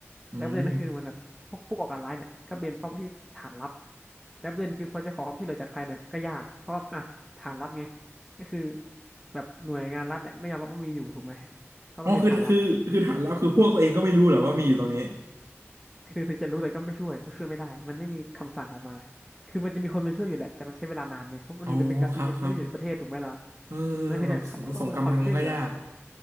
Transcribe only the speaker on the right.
อืม
อ๋อคือคือคือฐานลับคือพวกตัวเองก็ไม่รู้เหรอว่ามีอยู่ตรงนี้
อ๋อครับครับ
เออแบบส่งกำลังมันก็ยาก